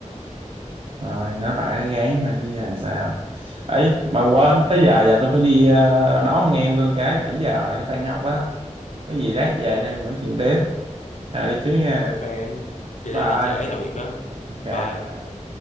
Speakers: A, on the right; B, on the left.
A: rồi nói bả gán thôi chứ giờ sao ấy
B: ừ,
A: mà quên
B: thôi
A: tới giờ giờ tôi phải đi ờ, đón anh em tôi cái 7 giờ rồi tan học á có gì lát về anh em nói chuyện tiếp à đi trước
B: Ok
A: nha
B: fan. Đi
A: bye
B: đi đi trễ tội nghiệp đó.
A: ok bye.
B: Bye.